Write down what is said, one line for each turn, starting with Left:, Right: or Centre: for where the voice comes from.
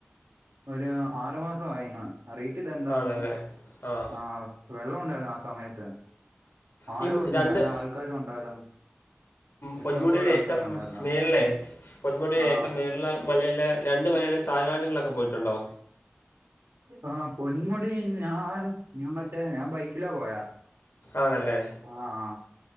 Right: ഒരു ആറു മാസയിന്നാ അറിയത്തില്ല എന്താന്ന്
Left: ആ, ആണല്ലേ ആ
Right: ആഹ് വെള്ളം ഉണ്ടായിരുന്നു ആ സമയത്ത് ആളും
Left: ഈ
Right: ഉണ്ട്
Left: രണ്ട്
Right: നല്ല ആൾക്കാരും ഉണ്ടായിരുന്നു. ഇഷ്ടംപോലെ
Left: പൊന്മുടിയുടെ
Right: ആൾക്കാരുണ്ടായിരുന്നു
Left: ഏറ്റം മേളിലെ പൊന്മുടിൽ
Right: ആ
Left: ഏറ്റവും മേളിലെ മലയിലെ രണ്ട് മലയുടെയും താഴ് വാരങ്ങളിലൊക്കെ പോയിട്ടുണ്ടോ?
Right: ആഹ് പൊന്മുടി ഞാൻ ഞാൻ മറ്റേ ഞാൻ ബൈക്കിലാ പോയാ
Left: ആണല്ലേ
Right: ആഹ് അഹ്